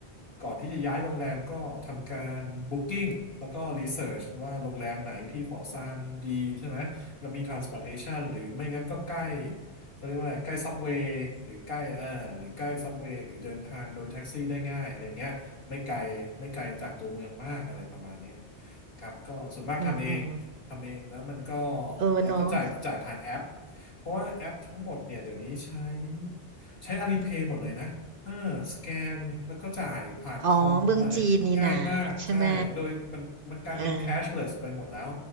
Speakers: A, on the left; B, on the right.
A: ก่อนที่จะย้ายโรงแรมก็ทำการบุ๊กิ้งแล้วก็รีเสิร์ชว่าโรงแรมไหนที่ฟอร์ซานดีใช่ไหมแล้วมี transportation หรือไม่งั้นก็ใกล้เขาเรียกว่าอะไรใกล้ซับเวย์หรือใกล้เอ่อหรือใกล้ซับเวย์หรือเดินทางโดยแท็กซี่ได้ง่ายอะไรเงี้ย ไม่ไกลไม่ไกลจากตัวเมืองมากอะไรประมาณเนี้ยครับก็ส่วนมากทำเองทำเองแล้วมันก็
B: อืมอืมเออเนาะ
A: แล้วก็จ่ายจ่ายผ่านแอปเพราะว่าแอปทั้งหมดเนี่ยเดี๋ยวนี้ใช้ใช้ Alipay หมดเลยนะเออสแกนแล้วก็จ่ายผ่านคอมอะไรง่ายมากใช่โดยมันมันกลายเป็น
B: อ๋อเมืองจีนนี่นาใช่ไหมเออ
A: cashless ไปหมดแล้ว